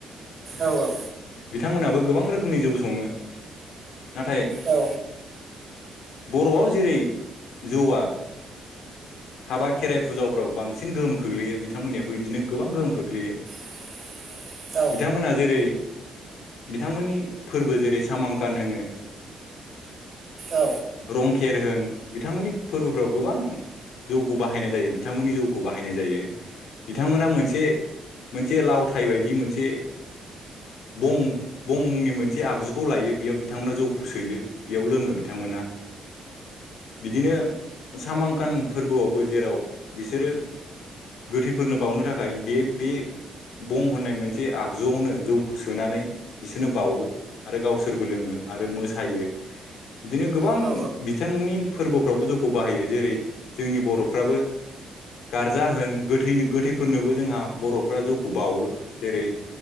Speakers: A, on the right (about 40°); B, on the left (about 80°).
A: औ
B: बिथांमोनाबो गोबां रोखोमनि जौ सङो नाथाय
A: औ
B: बर'आव जेरै जौवा हाबा खेराइ फुजाफ्राव बांसिन गोहोम खोख्लैयो बिथांमोननियाबो बिदिनो गोबां गोहोम खोख्लैयो।
A: <inaudible> औ
B: बिथांमोना जेरै बिथांमोननि फोरबो जेरै सामांखान होनो
A: औ
B: रंखेर होन बिथांमोननि फोरबोफोराव गोबां जौखौ बाहायनाय जायो बिथांमोननि जौखौ बाहायनाय जायो बिथांमोना मोनसे मोनसे लाव थाय बायदि मोनसे बं-बं मुंनि मोनसे आगजुखौ लायो बेयाव बिथांमोना जौखौ सोयो बेयाव लोङो बिथांमोना बिदिनो सामांखान फोरबोआवबो जेराव बिसोरो गोथैफोरनो बावनो थाखाय बे-बे बं होननाय मोनसे आगजुआवनो जौखौ सोनानै बिसोर नो बावो आरो गावसोरबो लोङो आरो मोसायो बिदिनो गोबां
A: औ
B: बिथांनि फोरबोफ्रावबो जौखौ बाहायो। जेरै जोंनि बर'फ्राबो गार्जा होन गोथैनो-गोथैफोरनोबो जोंहा बर'फ्रा जौखौ बावो जेरै